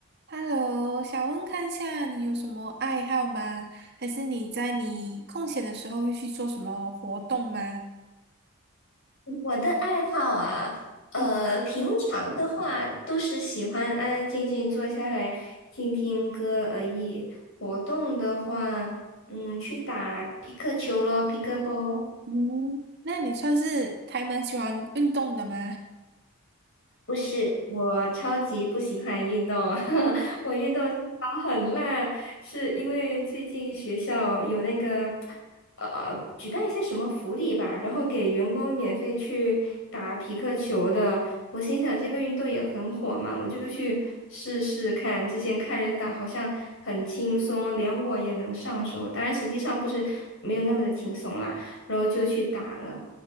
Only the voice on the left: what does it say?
我的爱好啊，呃，
平常的话都是喜欢安安静静坐下来听听歌而已。活动的话，嗯，去打皮克球咯，皮克波。
不是，我超级不喜欢运动，<laughs> 我运动细胞很烂，是因为最近学校有那个呃举办一些什么福利吧，然后给员工免费去打匹克球的。我心想这个运动也很火嘛，我就去试试看。之前看人打好像很轻松，连我也能上手，当然实际上不是没有那么的轻松啦。然后就去打了。